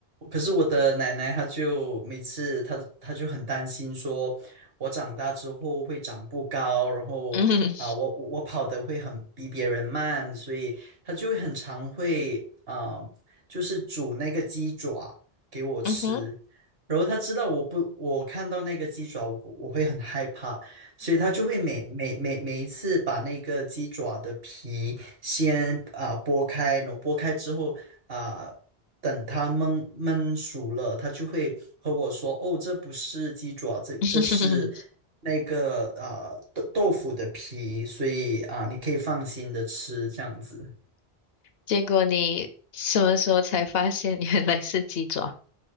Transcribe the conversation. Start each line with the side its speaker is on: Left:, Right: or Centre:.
Right: 可是我的奶奶她就每次她她就很担心说，我长大之后会长不高，然后啊、
Left: 嗯
Right: 我我我跑得会很比别人慢，所以她就会很常会啊。呃就是煮那个鸡爪给我吃。
Left: 嗯哼，
Right: 然后他知道我不，我看到那个鸡爪，我我会很害怕，所以他就会每每每每一次把那个鸡爪的皮先啊、剥开，然后剥开之后啊、等它焖焖熟了，他就会和我说：“哦，这不是鸡爪，这这是
Left: <laughs>
Right: 那个啊、豆豆腐的皮，所以啊、你可以放心的吃这样子。”
Left: 结果你什么时候才发现原来是鸡爪？